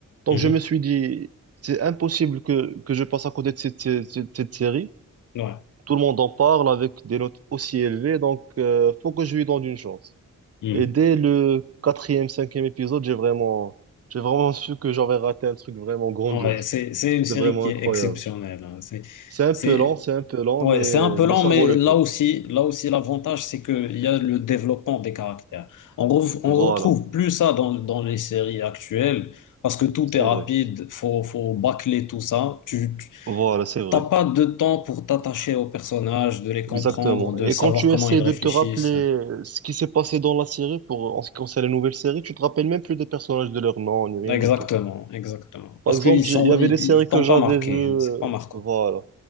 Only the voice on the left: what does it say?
Mhm.
Ouais.
Mm.
Ouais, c'est, c'est une série
qui
est exceptionnelle. hein. C'est,
c'est,
ouais,
c'est un peu
lent,
mais
là
aussi, là aussi, l'avantage, c'est qu'il y a le développement des caractères. On, rev- on
retrouve plus ça dans, dans les séries actuelles, parce que tout
est rapide,
faut, faut bâcler tout ça. Tu, tu-
t'as pas de temps pour t'attacher aux personnages, de les comprendre,
de
savoir
comment
ils réfléchissent.
Exactement,
exactement.
Parce
qu'ils sont,
ils,
ils t'ont
pas marqué,
hein, c'est pas marquant.